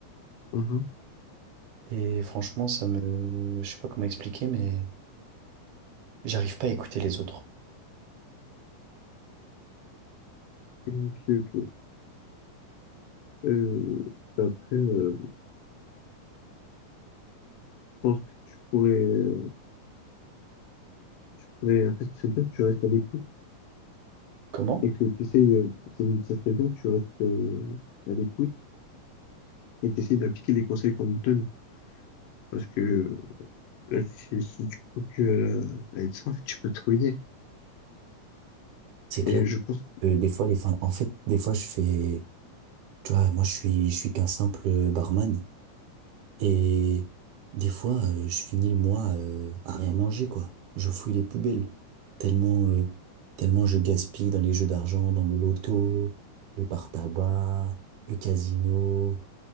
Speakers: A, on the left; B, on the right.
A: Mhm.
B: Et franchement, ça me... Je sais pas comment expliquer, mais j'arrive pas à écouter les autres.
A: Ok, ok. Euh, après, euh, je pense que tu pourrais, euh, tu pourrais, en fait, c'est bien que tu restes à l'écoute
B: Comment?
A: et que tu essayes, euh, c'est- ça serait bien que tu restes euh, à l'écoute et tu essayes d'appliquer les conseils qu'on te donne. Parce que euh, si, si tu continues à, à être ça, en fait, tu peux te ruiner.
B: C'est
A: Et
B: clair
A: je pense
B: que des fois, les, fins- en fait, des fois, je fais, tu vois, moi, je suis, je suis qu'un simple barman. Et des fois, euh, je finis le mois euh, à rien manger, quoi. Je fouille les poubelles. Tellement, euh, tellement je gaspille dans les jeux d'argent, dans le loto, les par-tabac, le casino,